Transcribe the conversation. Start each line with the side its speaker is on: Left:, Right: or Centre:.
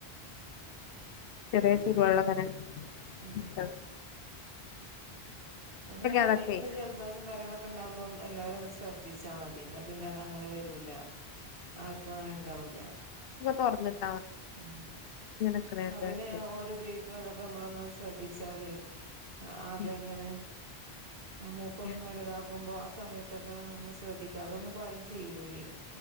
Left: ചെറിയ ചുടുവെള്ളങ്ങനെ
Right: ഉം
Left: ഇ സ
Right: അങ്ങെനേണി
Left: അതൊക്കെ
Right: ഇങ്ങനെ ജലദോഷം കാര്യങ്ങളൊക്കെ ഉണ്ടാകുമ്പോ എല്ലാരും ഒന്ന് ശ്രദ്ധിച്ചാ മതി ന്നാപിന്നെ അത് അങ്ങനെ വരൂല ആർക്കും അങ്ങനെ ണ്ടാവൂല
Left: തൊറന്നി-
Right: ഉം
Left: നിക്കണേക്കാട്ടില്
Right: അ പിന്നെ ഓര് ഉപയോഗിക്കണൊതൊക്കെ നമ്മളൊന്ന് ശ്രദ്ധിച്ച് ചാലെ ആകെ
Left: ഉം
Right: എങ്ങനെ ആ മൂക്കൊക്കെ
Left: ഉം
Right: ഇങ്ങനെ താക്കുമ്പോ സമയത്തൊക്കെ ഒന്ന് ശ്രദ്ധിക്ക അതൊന്നും ആരും ചെയ്യൂലേ